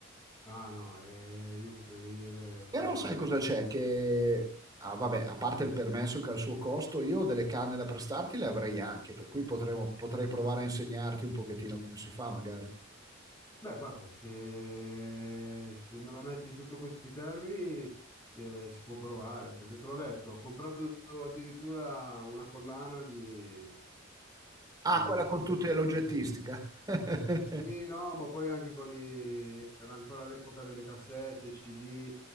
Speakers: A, on the left; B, on the right.
A: Ah no, eh, io potrei venire però
B: Però
A: a fare
B: sai
A: da
B: cosa
A: spettatore.
B: c'è? Che, ah, vabbè, a parte il permesso che ha il suo costo, io delle canne da prestarti le avrei anche, per cui potremo- potrei provare a insegnarti un pochettino come si fa magari.
A: Beh, guarda, se, se me la metti sotto questi termini, eh, si può provare, perché te l'ho detto, ho comprato addirittura una collana di,
B: Ah,
A: di...
B: quella con tutte l'oggettistica. <laughs>
A: Sì, no, ma poi anche con i... era ancora l'epoca delle cassette, CD,